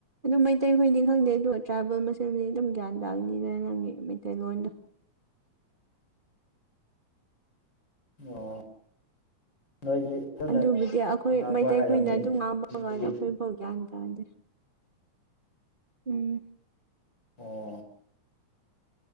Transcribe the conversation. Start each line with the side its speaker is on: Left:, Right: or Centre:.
Right: ꯑꯗꯨ ꯃꯩꯇꯩꯈꯣꯏꯗꯤ ꯈꯪꯗꯦ ꯑꯗ ꯇ꯭ꯔꯥꯏꯕꯦꯜ ꯃꯁꯦꯜꯗꯤ ꯑꯗꯨꯝ ꯒ꯭ꯌꯥꯟ ꯇꯥꯅꯤꯗ ꯅꯪꯒꯤ ꯃꯩꯇꯩꯂꯣꯟꯗꯣ
Left: ꯑꯣ ꯅꯣꯏꯗꯤ ꯐꯖꯅ
Right: ꯑꯗꯨꯕꯨꯗꯤ ꯑꯩꯈꯣꯏ
Left: ꯉꯥꯡꯕ
Right: ꯃꯩꯇꯩꯈꯣꯏꯅ
Left: ꯍꯥꯏꯔꯝꯅꯤ
Right: ꯑꯗꯨꯝ ꯉꯥꯡꯕ
Left: ꯃꯅꯤꯄꯨꯔꯤꯗꯤ
Right: ꯀꯥꯟꯗ ꯑꯩꯈꯣꯏ ꯍꯒꯦꯇꯗꯦ ꯎꯝ
Left: ꯑꯣ